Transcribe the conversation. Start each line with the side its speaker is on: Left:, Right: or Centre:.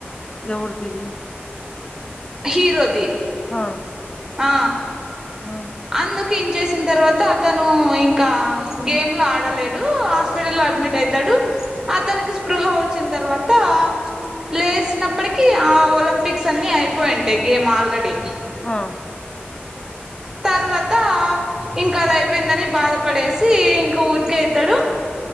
Left: ఎవరిది
Right: హీరోది
Left: ఆ
Right: ఆ
Left: ఆ
Right: అందుకు ఇంచేసిన తర్వాత అతను ఇంకా గేమ్ లో ఆడలేడు హాస్పిటల్లో అడ్మిట్ అయితాడు అతనికి స్పృహ వచ్చిన తర్వాత లేచినప్పటికి ఆ ఒల లింపిక్స్ అన్ని అయిపోయింటాయి గేమ్ ఆల్రెడీ
Left: ఆ
Right: తర్వాత ఇంకా అది అయిపోయిందని బాధపడేసి ఇంక ఊరికేళ్తడు